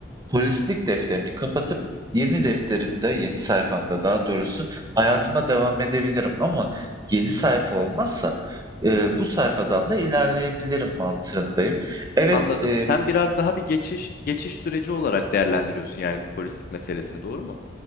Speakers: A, on the right (about 20°); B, on the left (about 50°).
A: polislik defterini kapatıp yeni defterimde, yeni sayfamda daha doğrusu hayatıma devam edebilirim ama yeni sayfa olmazsa, eee, bu sayfadan da ilerleyebilirim mantığındayım. Evet,
B: Anladım.
A: eee
B: Sen biraz daha bir geçiş geçiş süreci olarak değerlendiriyorsun yani bu polislik meselesini, doğru mu?